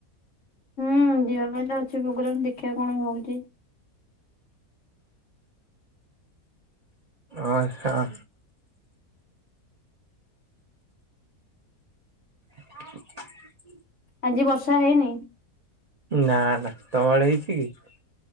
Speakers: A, on the left; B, on the right.
A: ହୁଁ ଯିବା ପାଇଁ ତ ଅଛି ପ୍ରୋଗ୍ରାମ ଦେଖିବା କଣ ହଉଛି।
B: ଆଚ୍ଛା। ହ।
A: ଆଜି ବର୍ଷା ହେଇନି।
B: ନା ନା ତମ ଆଡେ ହେଇଛି କି।